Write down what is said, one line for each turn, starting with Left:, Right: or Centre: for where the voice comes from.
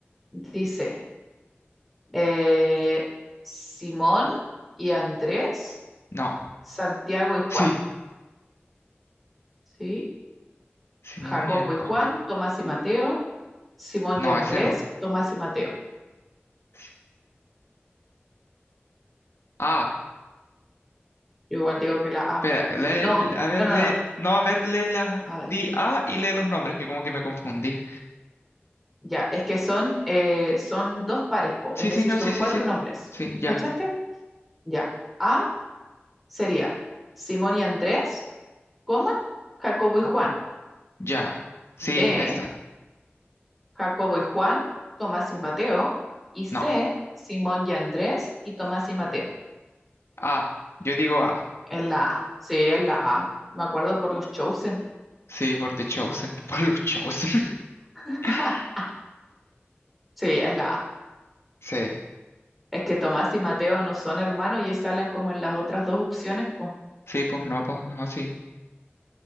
Centre: Dice, eh, Simón y Andrés,
Left: No,
Centre: Santiago y Juan.
Left: sí,
Centre: ¿Sí?
Left: Simón
Centre: Jacobo
Left: y Andrés.
Centre: y Juan, Tomás y Mateo, Simón
Left: No,
Centre: y Andrés,
Left: ese no.
Centre: Tomás y Mateo.
Left: Sí. Ah,
Centre: Yo igual digo que la A.
Left: espera, lee-
Centre: No,
Left: a ver,
Centre: no, no,
Left: lee,
Centre: no.
Left: no, a ver, lee las,
Centre: A ver.
Left: di A y lee los nombres, que como que me confundí.
Centre: Ya, es que son, eh, son dos pares, po,
Left: Sí,
Centre: es decir,
Left: sí, no,
Centre: son
Left: sí, sí,
Centre: cuatro
Left: sí,
Centre: nombres.
Left: sí, ya,
Centre: ¿Cachaste? Ya. A sería Simón y Andrés, coma, Jacobo y Juan.
Left: ya, sí,
Centre: B,
Left: esta,
Centre: Jacobo y Juan, Tomás y Mateo. Y C,
Left: no,
Centre: Simón y Andrés y Tomás y Mateo.
Left: A, yo digo A.
Centre: Es la A. Sí, es la A. Me acuerdo por los Chosen.
Left: Sí, por The Chosen, <laughs> por los Chosen.
Centre: <laughs>
Left: <laughs>
Centre: Sí, es la A.
Left: Sí,
Centre: Es que Tomás y Mateo no son hermanos y salen como en las otras dos opciones, pues.
Left: sí, pues no, pues no, sí.